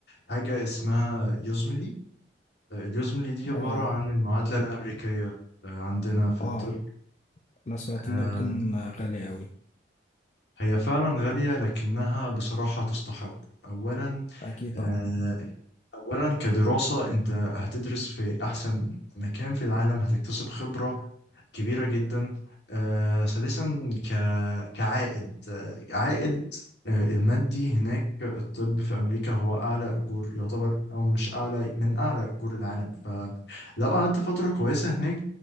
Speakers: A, on the left; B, on the left.
A: حاجة اسمها يوزملي اليوزملي دي عبارة
B: اه,
A: عن المعادلة الأمريكية آه، عندنا في الطب
B: آه انا سمعت
A: آه،
B: انها بتكون غاليه قوي
A: هي فعلا غالية لكنها بصراحة تستحق أولا
B: اكيد
A: آه،
B: طبعا
A: أولا كدراسة أنت هتدرس في أحسن مكان في العالم هتكتسب خبرة كبيرة جدا آه، ثالثا ك- كعائد آه، عائد آه، المادي هناك الطب في أمريكا هو أعلى أجور يعتبر أو مش أعلى من أعلى أجور العالم ف لو قعدت فترة كويسة هناك